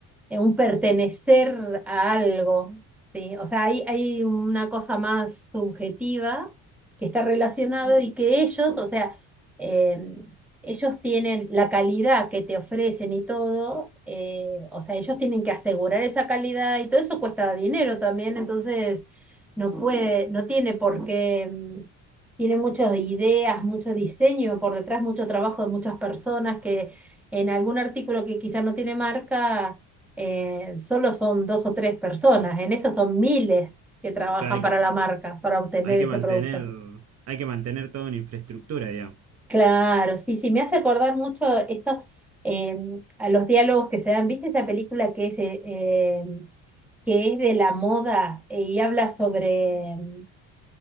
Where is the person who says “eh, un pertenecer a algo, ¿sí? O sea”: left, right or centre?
Centre